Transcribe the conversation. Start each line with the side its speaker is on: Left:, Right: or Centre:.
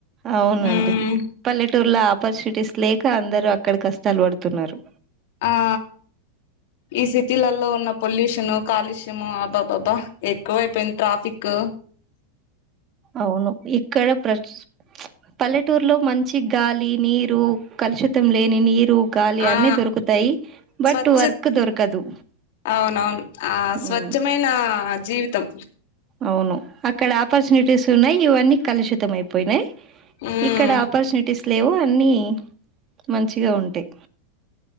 Right: అవునండి
Left: ఉమ్
Right: పల్లెటూర్లో ఆపర్చు టిస్ లేక అందరు అక్కడ కష్టాలు పడుతున్నారు
Left: ఆ ఈ సిటీలలో ఉన్న పొల్యూషన్ కాలుష్యము అబాబాబా ఎక్కువ అయిపోయింది ట్రాఫిక్ ఒ
Right: అవును ఇక్కడ ప్రస్ట్ ప్చ్ పల్లెటూరులో మంచి గాలి నీరు కలుషితం లేని నీరు గాలి అన్ని
Left: ఆ
Right: దొరుకుతాయి, బట్
Left: స్వచ్ఛ
Right: వర్క్ దొరకదు.
Left: అవునవును ఆ స్వచ్ఛమైనా
Right: ఉమ్,
Left: జీవితం
Right: అవును అక్కడ ఆపర్చునిటీస్ ఉన్నాయి ఇవన్నీ కలుషితం అయిపోయినాయి
Left: ఉమ్
Right: ఇక్కడ ఆపర్చునిటీస్ లేవు అన్ని మంచిగ ఉంటాయి